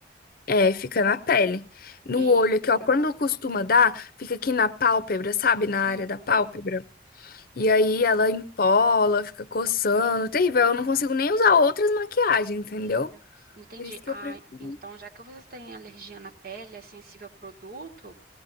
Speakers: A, on the left (about 55°); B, on the right (about 55°).
A: É, fica na pele. No
B: Eita.
A: olho aqui, ó. Quando costuma dar, fica aqui na pálpebra, sabe? Na área
B: Uhum.
A: da pálpebra. E aí ela empola, fica coçando. Terrível. Eu não consigo nem usar outras maquiagens, entendeu?
B: Eita, entendi.
A: Por isso que
B: Ah,
A: eu prefiro.
B: então já que você tem alergia na pele, é sensível a produto,